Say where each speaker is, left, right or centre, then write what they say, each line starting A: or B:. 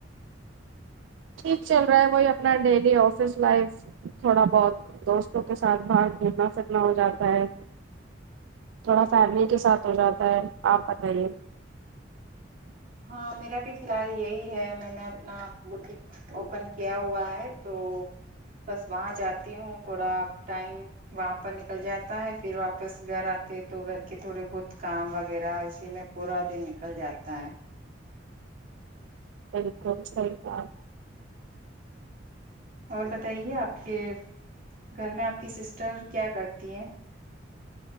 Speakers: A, on the right (about 80°); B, on the right (about 50°).
A: ٹھیک چل رہا ہے وہیب اپنا ڈیلی آفس لائف تھوڑا بہت دوستوں کے ساتھ باہر گنا سکنا ہو جاتا ہے تھوڑا فیملی کے ساتھ ہو جاتا ہے آپ بتائیے
B: ہاں میرا بھی فی الحال یہی ہے میں نے اپنا بٹیک اوپن کیا ہوا ہے تو بس وہاں جاتی ہوں تھوڑا ٹائم وہاں پر نکل جاتا ہے پھر واپس گھر آتے تو گھر کے تھوڑے بہت کام وغیرہ اسی میں پورا دن نکل جاتا تا ہے
A: سل کو سر کا
B: اور بتائیے آپ کے گھر میں آپ کی سسٹر کیا کرتی ہیں